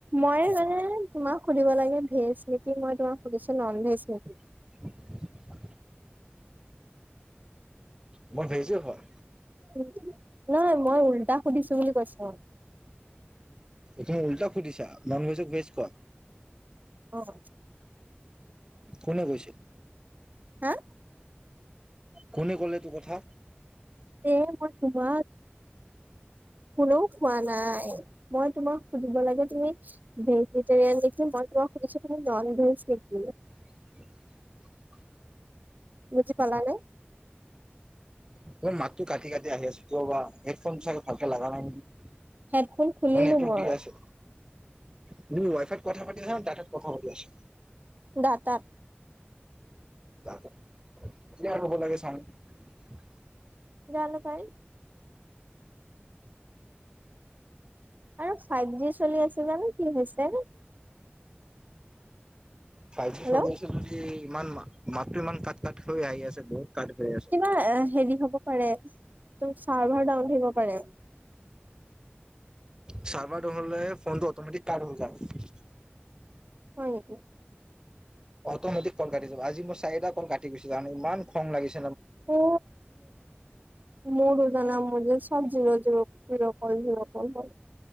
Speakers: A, on the right (about 45°); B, on the right (about 20°).
A: মই মানে তোমাক সুধিব লাগে ভেজ নেকি? মই তোমাক সুধিছো নন ভেজ নেকি?
B: <inaudible> মই ভেজো হয়।
A: উম, নহয়, মই উল্টা সুধিছো বুলি কৈছো।
B: তুমি উল্টা সুধিছা, ননভেজক ভেজ কোৱা।
A: অ'।
B: কোনে কৈছে?
A: হা
B: কোনে ক'লে এইটো কথা?
A: এ মই তোমাক, কোনেও কোৱা নাই। মই তোমাক সুধিব লাগে তুমি ভেজিটেৰিয়ান নেকি? মই সুধিছো তুমি ননভেজ নেকি?
B: <inaudible>
A: বুজি পালানে?
B: তোমাৰ মাতটো কাটি-কাটি আহি আছো। কিয় বা? হেডফোন চাগে ভালকে লগা নাই নেকি?
A: হেডফোন খুলিলো
B: নেটৱৰ্ক
A: মই।
B: দি আছে তুমি ৱাইফাইত কথা পাতি আছানে, দাতাত কথা পাতি আছা?
A: দাতাত।
B: দাতা ক্লিয়াৰ হ'ব লাগে চাউণ্ড।
A: জানো পাই। আৰু ফাইভ জি চলি আছো জানো কি হৈছে।
B: ফাইভ
A: হেল্ল'
B: জি চলি আছে যদি ইমান মাতটো ইমান কাট কাট হৈ আহি আছে বহুত কাট হৈ আছে।
A: কিবা হেৰি হ'ব পাৰে ত' চাৰ্ভাৰ ডাউন থাকিব পাৰে।
B: চাৰ্ভাৰ ডাউন হ'লে ফোনটো অটোমেটিক কাট হৈ যায়।
A: হয় নেকি?
B: অটোমেটিক ক'ল কাটি যাব, আজি মই চাৰিটা ক'ল কাটি গৈছে তাৰমানে ইমান খং লাগিছিল
A: অ মৰুুদানা মজ চবজি ৰজ ৰ <unintelligible> <unintelligible> জিৰ' কল জিৰ' কল হয়